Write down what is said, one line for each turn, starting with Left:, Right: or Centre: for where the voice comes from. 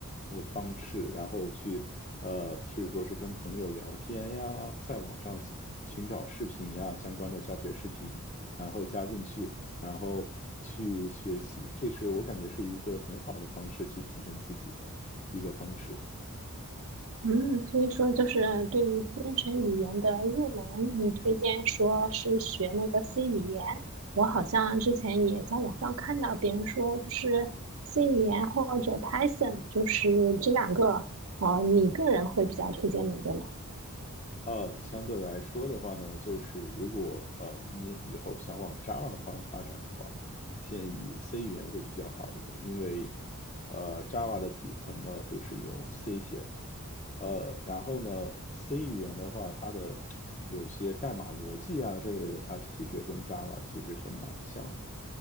Left: 呃方式，然后去呃，譬如说是跟朋友聊天呀，在网上寻找视频呀，相关的教学视频，然后加进去，然后去学习。这是我感觉是一个很好的方式去提升自己的一个方式。
Right: 嗯，所以说就是对于编程语言的入门，你推荐说是学那个 C 语言。我好像之前也在网上看到别人说，就是 C 语言或者 Python，就是这两个，呃，你个人会比较推荐哪个呢？
Left: 呃，相对来说的话呢，就是如果呃你以后想往 Java 方发展的话，建议 C 语言会比较好一点，因为呃 Java 的底层呢都是用 C 写的，呃，然后呢 C 语言的话，它的有些代码逻辑啊这类的，它其实跟 Java 其实是蛮像的。